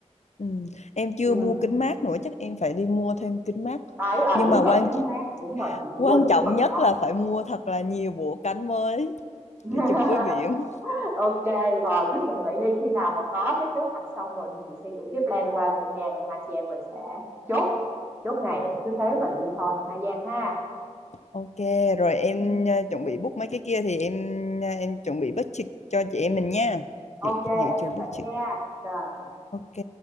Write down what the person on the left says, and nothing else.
ừ. em chưa
mua kính mát nữa chắc em phải đi mua thêm kính mát
nhưng
mà quan
quan trọng
nhất
là phải mua thật là nhiều bộ cánh mới
để chụp với biển
Ok, rồi em
ờ, chuẩn bị book mấy cái kia thì em ờ, em chuẩn bị budget cho chị em mình nha.
Dự dự
trù budget.
Ok.